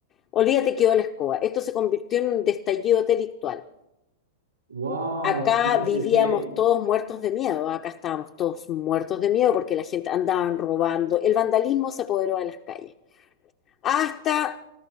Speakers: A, on the left; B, on the right.
A: Olvídate que quedó la escoba. Esto se convirtió en un estallido delictual.
B: Wow,
A: Acá
B: fíjese
A: vivíamos
B: usted,
A: todos muertos de miedo, acá estábamos todos muertos de miedo porque la gente andaban robando, el vandalismo se apoderó de las calles. Hasta